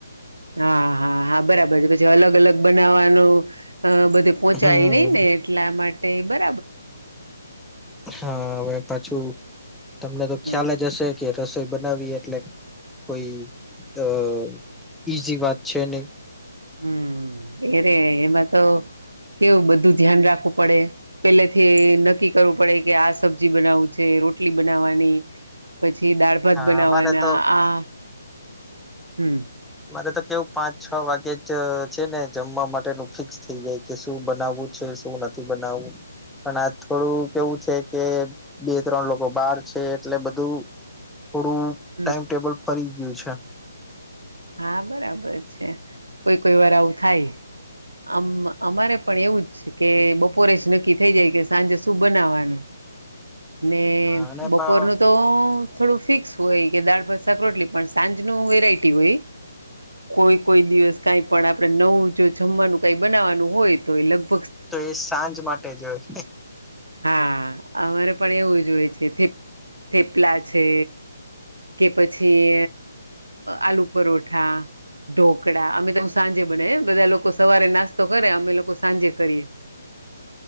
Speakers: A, on the right (about 85°); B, in the centre.
A: હા હા હા બરાબર છે પછી અલગ અલગ બનાવા બધે પહોંચાય
B: હમ
A: નહી ને એટલા માટે બ
B: હા હવે પાછું તમને તો
A: હમ
B: ખ્યાલ જ હશે કે રસોઈ બનાવીએ એટલે કોઈ અ ઈઝી વાત છે નહી
A: હમ એ રે એમાં તો કેવું બધું ધ્યાન રાખવું પડે પેલેથી નક્કી કરવું પડે કે આ સબ્જી બનાવું છે રોટલી બનાવાની પછી દાળ ભાત
B: હા
A: બનાવવાના
B: અમારે તો
A: આ હમ
B: મારે તો કેવું પાંચ છ વાગે જ છે. ને જમવા માટેનું ફિક્સ થઈ ગયું કે શું બનાવવું છે શું નથી. શું બનાવું? પણ આ થોડું કેવું છે કે બે ત્રણ લોકો બહાર છે એટલે બધું થોડું ટાઈમટેબલ
A: હમ
B: ફરી ગયું છે.
A: હા બરાબર છે કોઈ કોઈ વાર આવું થાય. અમારે અમારે પણ એવું જ છે કે બપોરે જ નક્કી થઇ જાય કે સાંજે શું બનાવાનું
B: <inaudible>
A: ને
B: હા અને
A: બપોરનું
B: પણ
A: તો થોડું ફિક્સ હોય કે દાળ, ભાત, શાક, રોટલી પણ સાંજના વેરાયટી હોય. કોઈ કોઈ દિવસ કઈ પણ આપડે નવું જો જમવાનું કઈ બનાવાનું હોય તો એ લગ <inaudible>
B: તો એ સાંજ માટે જ હોય
A: હા અમારે પણ એવું જ હોય છે થેપલા છે કે પછી આલુ પરોઠા ઢોકળા અમે તો સાંજે બને બધા લોકો સવારે નાસ્તો કરે અમે લોકો સાંજે કરીએ.